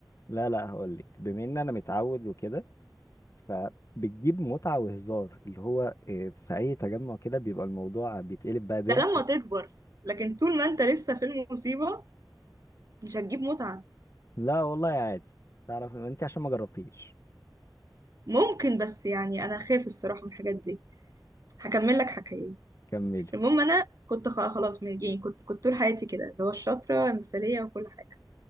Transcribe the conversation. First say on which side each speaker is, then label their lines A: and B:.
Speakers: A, on the left; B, on the right.
A: لا لا هقول لك بما ان انا متعود وكده فبتجيب متعة وهزار اللي هو إيه، في اي تجمع كده بيبقى الموضوع بيتقلب بقى ضحك
B: ده لما تكبر لكن طول ما انت لسه في المصيبه مش هتجيب متعه
A: لا والله عادي تعرف انت عشان ما جربتيش
B: ممكن بس يعني انا خايف الصراحه من الحاجات دي هكمل لك حكايه
A: كملي
B: المهم انا كنت خ- خلاص من يعني كنت كنت طول حياتي كده اللي هو الشاطره المثاليه وكل حاجه